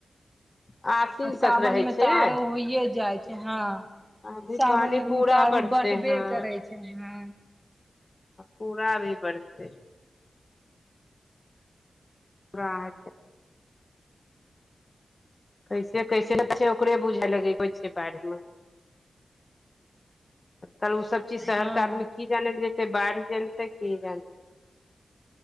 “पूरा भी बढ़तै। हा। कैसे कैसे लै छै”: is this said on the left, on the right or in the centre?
Left